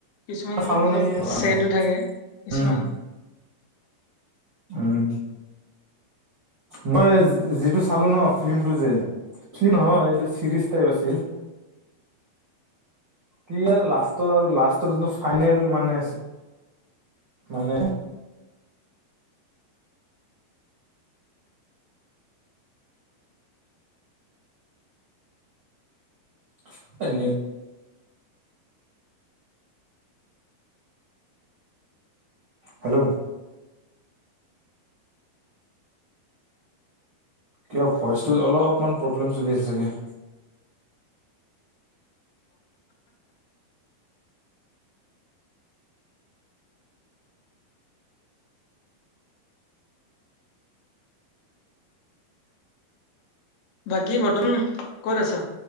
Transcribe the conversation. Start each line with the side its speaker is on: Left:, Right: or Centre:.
Left: কিছুমান
Right: এটা চালো
Left: অলপ
Right: নে
Left: চছেডো
Right: নাই
Left: থাকে। কিছুমান
Right: উম উম', মই যিটো চালো ন ফিল্মটো যে, নহয় এইটো চিৰিজ টাইপ আছিল। কি লাষ্টত আৰু লাষ্টৰ যিটো ফাইনেল মানে মানে <unintelligible> হেল্ল', কিয় ভইচটোত অলপমান প্ৰব্লেম চলি আছে গে
Left: বাকী বৰ্তমান ক'ত আছ?